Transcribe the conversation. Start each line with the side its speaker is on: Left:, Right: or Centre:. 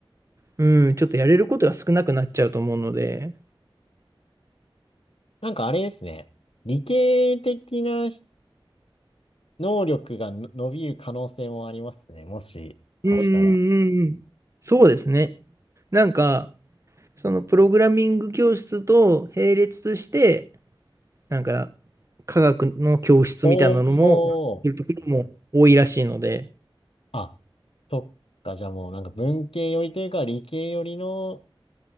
Right: うん、ちょっとやれることが少なくなっちゃうと思うので、
Left: なんかあれですね。理系的な能力がの伸びる可能性もありますね。もしかしたら。
Right: うんうんうんうん。そうですね。なんか、そのプログラミング教室と並列して、なんか、科学の教室みたいなのも、
Left: おー。
Right: いるところも多いらしいので、
Left: あ、そっか。じゃあもうなんか文系寄りというか理系寄りの